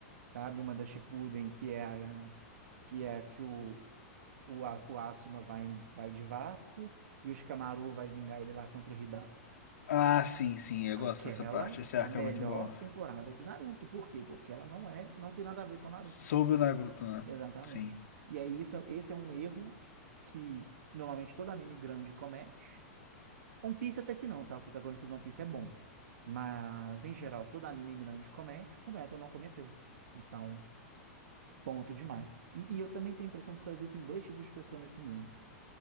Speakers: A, on the right (about 65°); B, on the left (about 75°).
A: Sabe, uma da Shippuden, que é a que é a que o o, A- o Asuma vai em- vai de Vasco e o Shikamaru vai vingar ele lá contra o Hidan.
B: Ah, sim, sim, eu
A: Aquela
B: gosto dessa parte. Esse
A: é
B: arco
A: a melhor
B: é muito bom.
A: temporada de Naruto. Por quê? Porque ela não é, não tem nada a ver com Naruto.
B: Sobre o Naruto, né?
A: Exatamente.
B: Sim.
A: E aí, isso, é, esse é um erro que normalmente todo anime grande comete. One Piece até que não, tá? O protagonista do One Piece é bom. Mas, em geral, todo anime grande comete, Fullmetal não cometeu. Então, ponto demais. E, e eu também tenho a impressão que só existem dois tipos de pessoa nesse mundo.